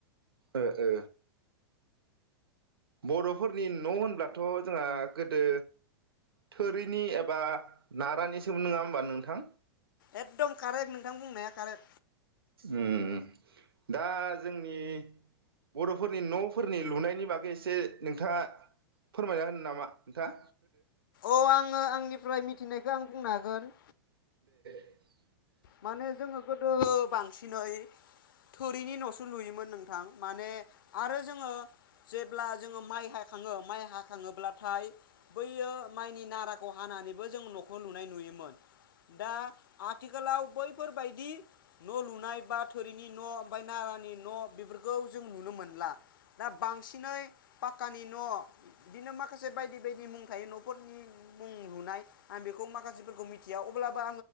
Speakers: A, on the right; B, on the left.
A: ओ ओ। बर'फोरनि न' होनब्लाथ' जोंहा गोदो थोरिनि एबा नारानिसोमोन नङा होमबा नोंथां?
B: एकदम कारेक नोंथां बुंनाया कारेक।
A: उम दा जोंनि बर'फोरनि न'फोरनि लुनायनि बागै एसे नोंथाङा फोरमायना होनो नामा नोंथां?
B: औ आङो आंनिफ्राय मिथिनायखौ आं बुंनो हागोन।
A: <inaudible>
B: माने जोङो गोदो बांसिनै थोरिनि न'सो लुयोमोन नोंथां माने आरो जोङो जेब्ला जोङो माइ हाखाङो माइ हाखाङोब्लाथाय बैयो माइनि नाराखौ हानानैबो जों न'खौ लुनाय नुयोमोन दा आथिख खालाव बैफोरबायदि न' लुनाय बा थोरिनि न' ओमफ्राय नारानि न' बेफोरखौ जों नुनो मोनला। दा बांसिनै पाक्कानि न' बिदिनो माखासे बायदि बायदि मुं थायो न'फोरनि मुं लुनाय आं बेखौ माखासेफोरखौ मिथिया अब्लाबो